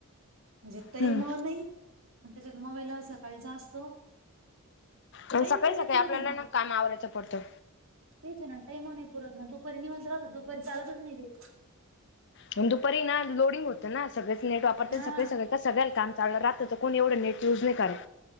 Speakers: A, on the right (about 60°); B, on the left (about 50°).
A: म्हणजे तही
B: हम्म
A: मूळ नाही. त्याच्यात मोबाईल सकाळीचा असतो.
B: आणि
A: टाइम
B: सकाळी
A: पण
B: सकाळी
A: नाही पुरत
B: आपल्याला
A: आहे
B: ना काम आवरायचं पडतं.
A: तेच ना, टाईम हो नई पुरत ना. दुपारी निवांत राहतो, दुपारी चालतच नाही ते.
B: पण दुपारी ना लोडिंग होतं ना सगळेच नेट <unintelligible>
A: हा
B: सग सगळ्याला काम चाललं राहत, रात्रीचं कोण एवढं नेट युज नाही करत.